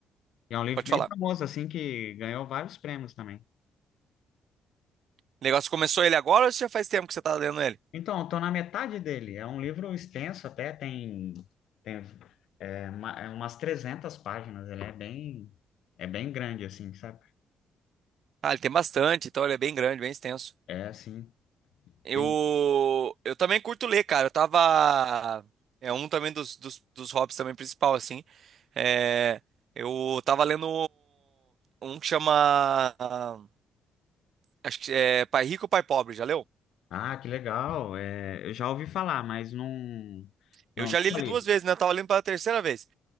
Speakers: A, on the left; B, on the right.
A: é um livro
B: Pode
A: bem
B: falar.
A: famoso assim que ganhou vários prêmios também.
B: O negócio começou ele agora ou já faz tempo que você tá lendo ele?
A: Então, estou na metade dele. É um livro extenso até, tem, tem é, uma- é umas 300 páginas. Ele é bem, é bem grande, assim, sabe?
B: Ah, ele tem bastante, então ele é bem grande, bem extenso.
A: É, assim.
B: Eu,
A: E-
B: eu também curto ler, cara. Eu tava. É um também dos, dos, dos hobbies também principal, assim. É, Eu tava lendo um que chama. ah, Acho que é Pai Rico, Pai Pobre, já leu?
A: ah, que legal. É, eu já ouvi falar, mas não, não,
B: Eu já
A: nunca
B: li ele
A: li.
B: duas vezes, né? Eu tava lendo pela terceira vez.